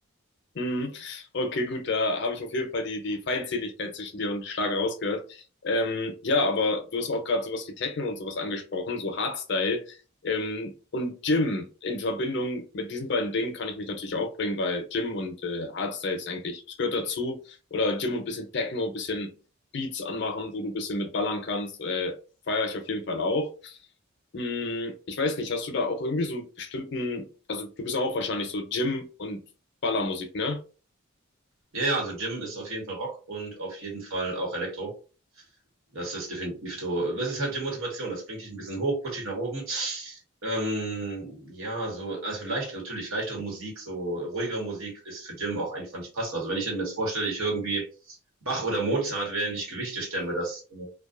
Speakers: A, on the left; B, on the right.
A: Mhm. Okay, gut, da habe ich auf jeden Fall die, die Feindseligkeit zwischen dir und Schlager rausgehört. Ähm, ja, aber du hast auch gerade sowas wie Techno und sowas angesprochen, so Hardstyle. Ähm, und Gym in Verbindung mit diesen beiden Dingen kann ich mich natürlich auch bringen, weil Gym und äh, Hardstyle ist eigentlich, es gehört dazu. Oder Gym und ein bisschen Techno, ein bisschen Beats anmachen, wo du ein bisschen mit ballern kannst, äh, feiere ich auf jeden Fall auch. Mm, Ich weiß nicht, hast du da auch irgendwie so einen bestimmten, also du bist auch wahrscheinlich so Gym und Ballermusik, ne?
B: Ja, ja, also Jim ist auf jeden Fall Rock und auf jeden Fall auch Elektro. Das ist definitiv so. Das ist halt die Motivation. Das bringt dich ein bisschen hoch, pusht dich nach oben. Ähm, ja, so, also leicht, natürlich leichtere Musik, so ruhigere Musik ist für Jim auch einfach nicht passend. Also wenn ich mir jetzt vorstelle, ich höre irgendwie Bach oder Mozart, während ich Gewichte stemme, das äh,